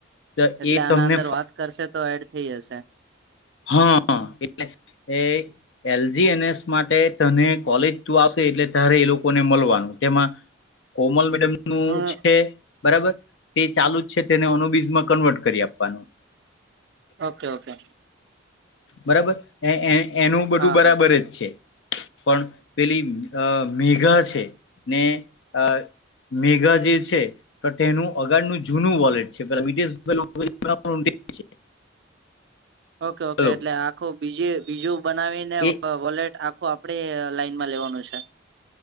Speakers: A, on the left (about 65°); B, on the right (about 55°).
A: તો
B: એટલે
A: એ
B: આના
A: તમને
B: અંદર વાત કરશે તો એડ થઈ જશે.
A: હા એટલે એ એલ જી એન એસ માટે તને કોલેજ તું આવશે એટલે તારે એ લોકોને મળવાનું તેમાં કોમલ મેડમ નું
B: હમ
A: છે બરાબર તે ચાલુ છે તેને ઓનોબીઝમાં કન્વર્ટ કરી આપવાનું
B: ઓકે ઓકે
A: બરાબર એ એ એનું બધું
B: હા
A: બરાબર
B: હા
A: જ છે. પણ પેલી અ મેઘા છે ને આ મેઘા જે છે. તો તેનું અગારનું જૂનું વોલેટ છે પેલા વિટેસ <unintelligible>
B: ઓકે ઓકે
A: હલો
B: એટલે આખું બીજે બીજું બનાવીને
A: એ
B: વોલેટ આખુ આપડે લાઈનમાં લેવાનું છે.